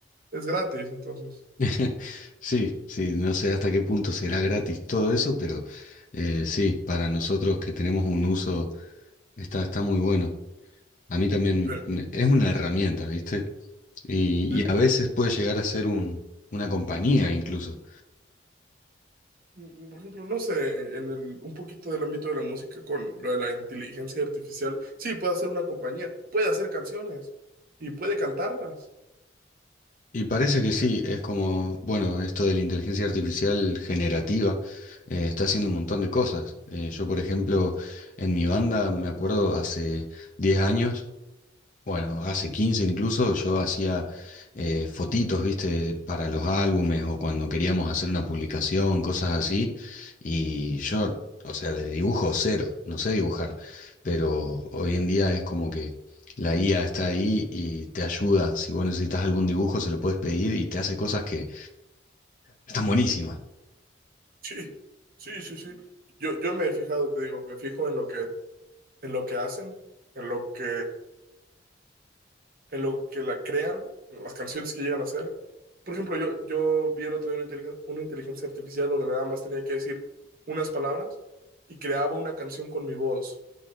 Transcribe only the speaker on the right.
es gratis, entonces.
Eh,
eh,
mm, mm, por ejemplo, no sé, en el, un poquito del ámbito de la música con lo de la inteligencia artificial, sí, puede hacer una compañía, puede hacer canciones y puede cantarlas.
Sí,
sí, sí, sí, sí. Yo, yo me he fijado, te digo, me fijo en lo que, en lo que hacen, en lo que en lo que la crean, en las canciones que llegan a hacer. Por ejemplo, yo, yo vi el otro día una inteligen- una inteligencia artificial donde nada más tenía que decir unas palabras y creaba una canción con mi voz.